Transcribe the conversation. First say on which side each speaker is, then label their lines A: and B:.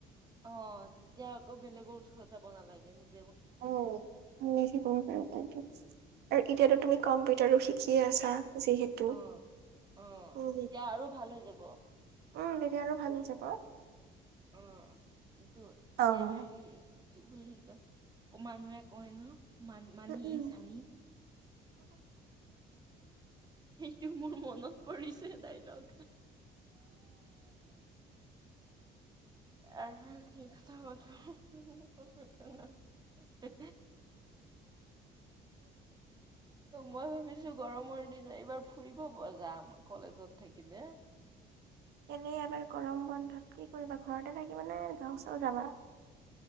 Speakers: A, on the right (about 25°); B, on the right (about 75°).
A: অ তেতিয়া আকৌ বেলেগৰ ওচৰত যাব নালাগে নিজ
B: আৰু এতিয়াতো তুমি কম্পিউটাৰো কি আছা যিহেতু
A: অ, অ
B: উম
A: তেতিয়া আৰু ভাল হৈ যাব।
B: উম তেতিয়া আৰু ভাল হৈ যাব
A: অ কিন্তু এতিয়া
B: উম,
A: হেৰি কি বুলি ক ক মানুহে কয় ন মান মানি
B: উম।
A: ই জানি টো মোৰ মনত পৰিছে ডাইলগ আৰু কি কথা কথা <unintelligible> অ খা মই ভাবিছো গৰমৰ দিনা এইবাৰ ফুৰিব পৰা যাম কলেজত থাকিলে
B: এনে এবাৰ গৰম বন্ধত কি কৰিবা ঘৰতে থাকিব নে গাও চাউ যাবা